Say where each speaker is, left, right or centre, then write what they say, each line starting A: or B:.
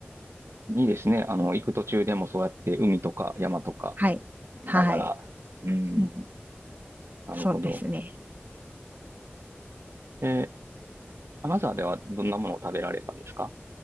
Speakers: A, on the right; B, on the right.
A: いいですね。あの、行く途中でもそうやって海とか山とか
B: はい。
A: 見ながら。
B: はい。
A: うーん。
B: うん、
A: なるほど。
B: そうですね。
A: えー、アナザーではどんなものを食べられたんですか